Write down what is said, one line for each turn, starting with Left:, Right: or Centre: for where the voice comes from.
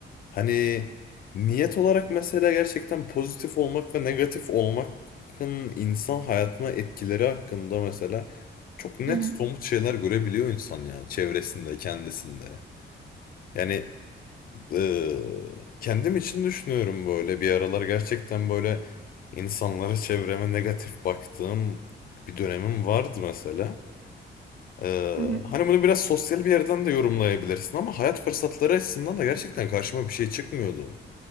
Left: Hani niyet olarak mesela gerçekten pozitif olmak ve negatif olmakın insan hayatına etkileri hakkında mesela çok net
Right: Hı hı.
Left: somut şeyler görebiliyor insan ya çevresinde, kendisinde. Yani eee, kendim için düşünüyorum böyle bir aralar gerçekten böyle insanlara çevreme negatif baktığım bir dönemim vardı mesela. Eee,
Right: Hı hı.
Left: hani bunu biraz sosyal bir yerden de yorumlayabilirsin ama hayat fırsatları açısından da gerçekten karşıma bir şey çıkmıyordu.